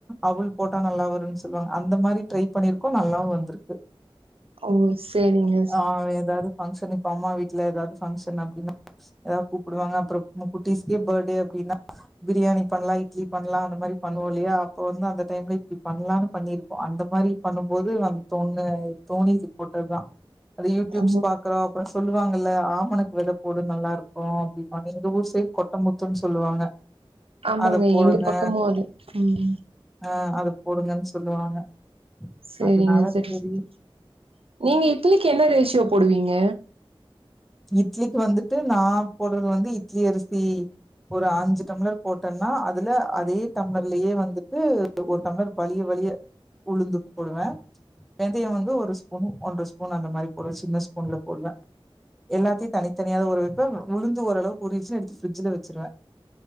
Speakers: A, in the centre; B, on the right.
A: அவல் போட்டா நல்லா வருன் சொல்லுவாங்க அந்த மாரி ட்ரை பண்ணிருக்கோ நல்லாவு வந்திருக்கு
B: அவ்வல் செரிங்க
A: ஆ எதாவது ஃபங்க்ஷன் இப்ப அம்மா வீட்ல எதாவது பங்க்ஷன் அப்டின்னா எதாவது கூப்டுவாங்க அப்ற குட்டிஸ்கே பர்டே அப்டின்னா பிரியாணி பண்லா இட்லி பண்லா அந்த மாரி பண்ணுவோ இல்லயா அப்ப வந்து அந்த டைம்ல இப்டி பண்லானு பண்ணிருப்போ அந்த மாரி பண்ணுபோது வந்து தோணு தோணி இது போட்டதுதா அது யூடியூப்ஸ்
B: ஓ!
A: பாக்றோ அப்ற சொல்லுவாங்கல ஆமனுக்கு வெத போடு நல்லாருக்கு அப்டிபாங்க எங்க ஊர் பேரு கொட்டமுத்துன் சொல்லுவாங்க
B: ஆமாங்க.
A: அத போடுங்க
B: எங்க பக்கமும் அது. ம்.
A: ஆ அத போடுங்கன் சொல்லுவாங்க
B: செரிங்க
A: அதனால
B: செரி
A: சரி
B: செரி நீங்க இட்லிக்கு என்ன ரேஷியோ போடுவீங்க
A: இட்லிக்கு வந்துட்டு நா போட்றது வந்து இட்லி அரிசி ஒரு அஞ்சு டம்ளர் போட்டன்னா அதுல அதே டம்ளர்லயே வந்துட்டு ஒரு டம்ளர் வழிய வழிய உளுந்து போடுவ வெந்தய வந்து ஒரு ஸ்பூன் ஒன்ற ஸ்பூன் அந்த மாரி போடுவ சின்ன ஸ்பூன்ல போடுவ எல்லாத்தையு தனிதனியாதா ஊற வைப்ப உளுந்து ஓரளவுக்கு ஊறிடுச்சுனா எடுத்து ஃபிரிட்ஜில வச்சிருவ